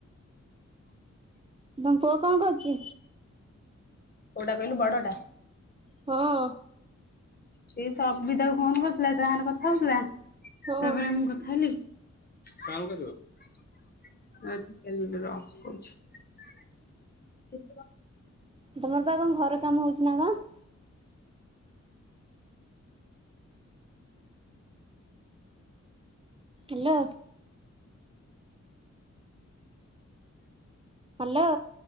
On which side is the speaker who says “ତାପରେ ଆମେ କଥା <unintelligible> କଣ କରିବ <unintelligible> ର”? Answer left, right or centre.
Left